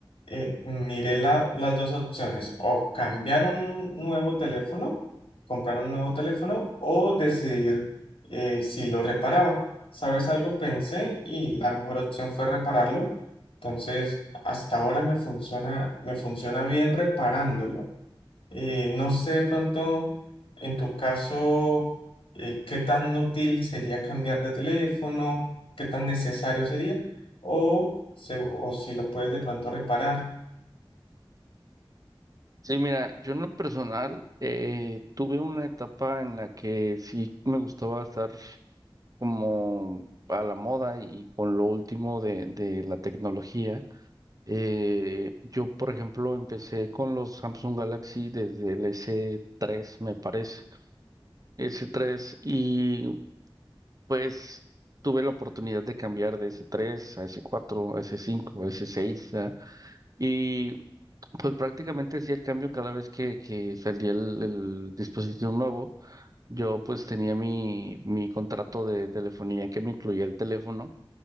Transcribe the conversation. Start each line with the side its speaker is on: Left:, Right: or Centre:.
Left: eh, miré la- las dos opciones, o cambiar un nuevo teléfono, comprar un nuevo teléfono, o decidir eh, si lo reparaba. ¿Sabes algo? Pensé y la mejor opción fue repararlo. Entonces, hasta ahora me funciona, me funciona bien reparándolo. Eh, no sé, de pronto, en tu caso, eh, qué tan útil sería cambiar de teléfono, qué tan necesario sería, o, se- o si lo puedes de pronto reparar.
Right: Sí, mira, yo en lo personal eh, tuve una etapa en la que sí me gustaba estar como a la moda y con lo último de, de la tecnología. Eh, yo, por ejemplo, empecé con los Samsung Galaxy desde el S3, me parece. S3 y Pues tuve la oportunidad de cambiar de s tres a s cuatro a s cinco a s seis a- y pues prácticamente hacía el cambio cada vez que, que salía el, el dispositivo nuevo. Yo pues tenía mi, mi contrato de telefonía que me incluía el teléfono